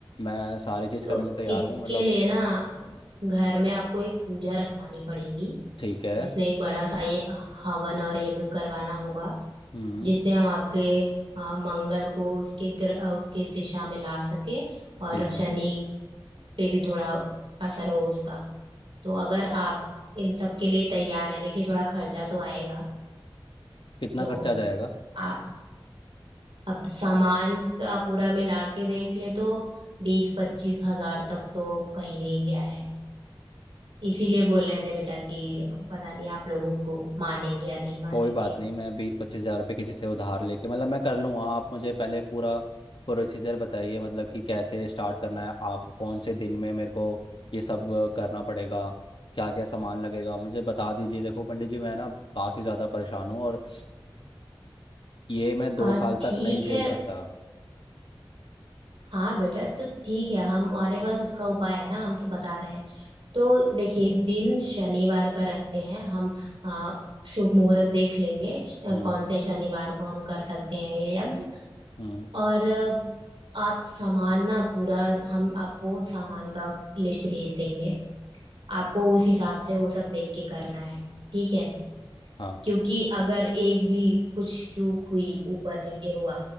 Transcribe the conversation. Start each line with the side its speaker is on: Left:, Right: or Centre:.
Left: मैं सारी चीज़
Right: तो
Left: करने को तैयार
Right: इसके
Left: हूँ मतलब
Right: लिए ना घर में आपको एक पूजा रखवानी पड़ेगी
Left: ठीक है
Right: जिसमें एक बड़ा सा ये हवन और यज्ञ करवाना होगा
Left: हम्म
Right: जिससे हम आपके अ, मंगल को उसके ग्र, अ, उसके दिशा में ला सके और
Left: ठीक है
Right: शनि पे भी थोड़ा असर हो उसका तो अगर आप इन सब के लिए तैयार है देखिए थोड़ा खर्चा तो आएगा
Left: कितना
Right: तो
Left: खर्चा आ जाएगा
Right: आ, अब सामान का पूरा मिला के देख ले तो बीस पच्चीस हजार तक तो कहीं नहीं गया है इसीलिए बोल रहे थे बेटा कि पता नहीं आप लोग उसको मानेंगे या नहीं मानेंगे
Left: कोई बात नहीं मैं बीस पच्चीस हज़ार रुपये किसी से उधार लेके मतलब मैं कर लूँगा आप मुझे पहले पूरा प्रोसीजर बताइए मतलब कि कैसे स्टार्ट करना है आप कौन से दिन में मेरे को ये सब करना पड़ेगा क्या क्या सामान लगेगा मुझे बता दीजिए देखो पंडित जी मैं ना काफ़ी ज़्यादा परेशान हूँ और ये मैं दो
Right: हाँ
Left: साल
Right: ठीक
Left: तक नहीं झेल
Right: है
Left: सकता
Right: हाँ बेटा तो ठीक है हमारे पास उसका उपाय है ना हम तो बता रहे हैं तो देखिए दिन शनिवार का रखते हैं हम आ, शुभ मुहूर्त देख लेंगे श-
Left: हम्म
Right: कौन से शनिवार को हम कर सकते हैं ये यज्ञ
Left: हम्म
Right: और अ, आप सामान ना पूरा हम आपको सामान का लिस्ट भेज देंगे आपको उस हिसाब से वो सब देख के करना है ठीक है
Left: हाँ
Right: क्योंकि अगर एक भी कुछ चूक हुई ऊपर नीचे हुआ